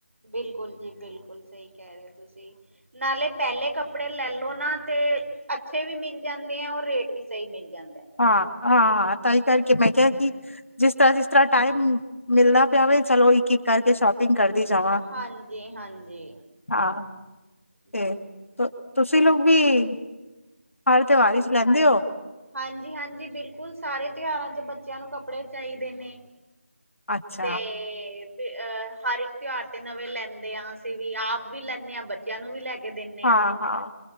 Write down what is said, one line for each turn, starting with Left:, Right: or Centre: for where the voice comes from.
Right: ਬਿਲਕੁਲ ਜੀ ਬਿਲਕੁਲ ਸਈ ਕੈ ਰਏ ਓਂ ਤੁਸੀਂ। ਨਾਲੇ ਪੈਲੇ ਕੱਪੜੇ ਲੈਲੋ ਨਾ ਤੇ ਅੱਛੇ ਵੀ ਮਿਲ ਜਾਂਦੇ ਐ ਔਰ ਰੇਟ ਵੀ ਸਈ ਮਿਲ ਜਾਂਦਾ।
Left: ਹਾਂ-ਹਾਂ ਤਾਂਈਂ ਕਰਕੇ ਮੈਂ ਕਿਆ ਕੀ ਜਿਸ ਤਰਾਂ-ਜਿਸ ਤਰਾਂ ਟਾਈਮ, ਮਿਲਦਾ ਪਿਆ ਹੋਵੇ ਚਲੋ ਇੱਕ -ਇੱਕ ਕਰਕੇ ਸ਼ੋਪਿੰਗ ਕਰਦੀ ਜਾਵਾਂ,
Right: ਹਾਂਜੀ ਹਾਂਜੀ,
Left: ਹਾਂ ਤੇ
Right: ਬਿਲਕੁਲ
Left: ਤੁਸੀਂ ਲੋਕ ਵੀ, ਹਰ ਤਿਓਹਾਰ ਵਿਚ ਲੈਂਦੇ ਓ।
Right: ਹਾਂਜੀ-ਹਾਂਜੀ ਬਿਲਕੁਲ ਸਾਰੇ ਤਿਓਹਾਰਾਂ ਚ ਬੱਚੇਆਂ ਨੂੰ ਕੱਪੜੇ ਚਾਈਦੇ ਨੇ।
Left: ਅੱਛਾ
Right: ਤੇ ਵੀ ਅਹ ਹਰ ਇੱਕ ਤਿਓਹਾਰ ਤੇ ਨਵੇਂ ਲੈਂਦੇ ਆ ਅਸੀਂ ਵੀ ਆਪ ਵੀ ਲੈਂਨੇ ਆਂ ਬੱਚੇ ਬੱਚੇਆਂ ਨੂੰ ਵੀ ਲੈ ਕੇ ਦਿੰਨ
Left: ਹਾਂ-ਹਾਂ,